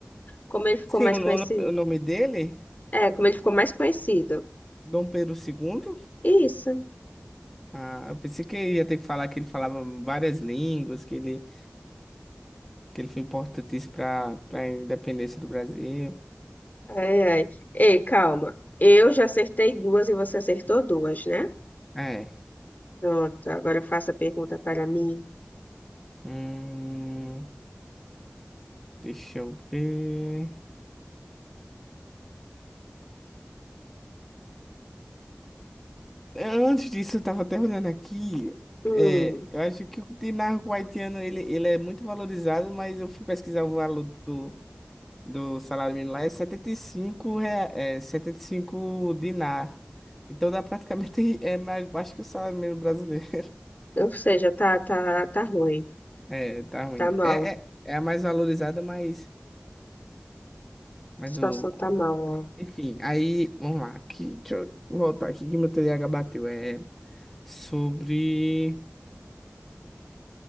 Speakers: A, on the left; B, in the centre.
A: como ele ficou
B: Sim,
A: mais
B: o,
A: conhecido?
B: no- o nome dele,
A: É, como ele ficou mais conhecido.
B: Dom Pedro II,
A: Isso.
B: Ah, eu pensei que ia ter que falar que ele falava várias línguas, que ele, que ele foi importantíssimo para para a independência do Brasil.
A: Ai, ai. Ei, calma. Eu já acertei duas e você acertou duas, né?
B: É.
A: Pronto, agora faça a pergunta para mim.
B: Hum, deixa eu ver. Antes disso, eu tava até olhando aqui.
A: Hum,
B: É, eu acho que o dinarco haitiano ele, ele é muito valorizado, mas eu fui pesquisar o valor do, do salário mínimo lá, é setenta e cinco rea- é, 75 dinar. Então dá praticamente <laughs> é mais baixo que o salário mínimo brasileiro.
A: ou seja, tá, tá, tá ruim.
B: É, tá ruim.
A: Tá mal.
B: É,
A: A
B: é, é a mais valorizada, mas, mas
A: situação
B: o.
A: tá mal, ó.
B: Enfim, aí, vamos lá. Aqui, deixa eu voltar aqui que meu TDAH bateu. É sobre.